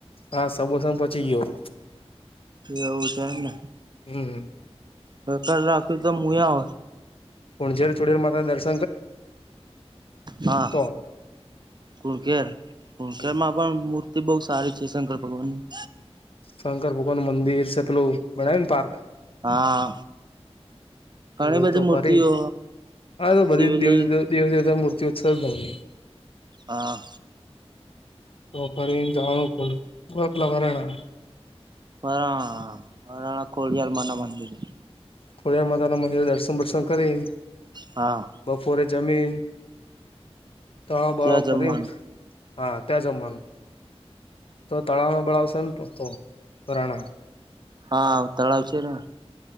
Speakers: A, on the left; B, on the right.
A: હા, સબોસા માં પચી ગ્યો.
B: એવું છે એમ ને.
A: હમ
B: તો કાલ રાખ્યું તો મુયા હો.
A: પુંજેર ચુેર માતા દર્શ
B: હા,
A: તો
B: કુણકેર કુણકેર
A: હમ્મ
B: માં. પણ મૂર્તિ બહુ સારી છે શંકર ભગવાન ની.
A: શંકર ભગવાન નું મંદિર છે પેલું બનાય ને પાર્ક
B: હા, ઘણી
A: એ બધું
B: બધી
A: તો
B: મૂર્તિઓ
A: ફરી હા તો બધી
B: શિવલિંગ
A: દેવ દેવ દેવતા મૂર્તિ ઉત્સવ નવની.
B: હા.
A: તો ફરી જ આવનું કો ગપલા વરાણા.
B: વરા વરાણા કોળિયાલ માં ના મંદિરે.
A: ખોરડીયાર માતાના મંદિર દર્શન વર્શન કરીન
B: હા.
A: બપોરે જમીન તડાવ બડાવ
B: ત્યાં જમવાનું
A: ફરી. હા ત્યાં જમવાનું તો તળાવનો બળાવશે હશેન તો રાણા
B: હા તળાવ છે. ને